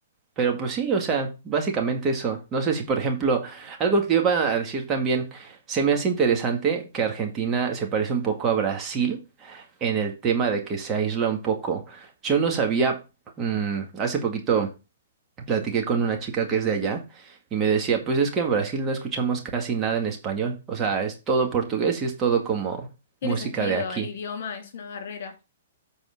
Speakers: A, on the right (about 20°); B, on the left (about 55°).
A: pero pues sí, o sea, básicamente eso. No sé si, por ejemplo, algo que te iba a decir también, se me hace interesante que Argentina se parece un poco a Brasil en el tema de que se aísla un poco. Yo no sabía, mm, hace poquito platiqué con una chica que es de allá y me decía, pues es que en Brasil no escuchamos casi nada en español, o sea, es todo portugués y es todo como
B: Tiene
A: música
B: sentido,
A: de aquí.
B: el idioma es una barrera.